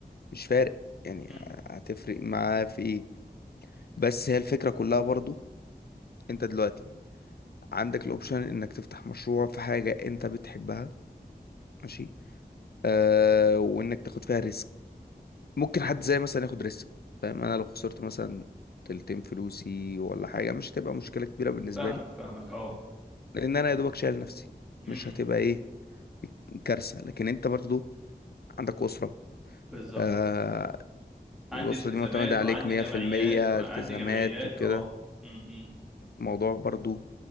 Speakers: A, on the left; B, in the centre.
A: مش فارق يعني
B: أمم.
A: هتفرق معاه في ايه بس هي الفكرة كلها برضو انت دلوقتي عندك الاوبشن انك تفتح مشروع في حاجة انت بتحبها ماشي آه وانك تاخد فيها ريسك ممكن حد زي مثلا ياخد ريسك فاهم انا لو خسرت مثلا تلتين فلوسي ولا حاجه مش هتبقى مشكله كبيره بالنسبه
B: فاهمك
A: لي
B: فاهمك اه
A: لان انا يا دوبك شايل نفسي
B: امم
A: مش هتبقى ايه كارثه لكن انت برضو عندك اسره
B: بالظبط
A: آه
B: عندي
A: الاسره
B: التزامات
A: دي معتمده عليك
B: وعندي
A: 100%
B: جمعيات وعندي
A: التزامات
B: جمعيات
A: وكده
B: اه امم
A: الموضوع برضو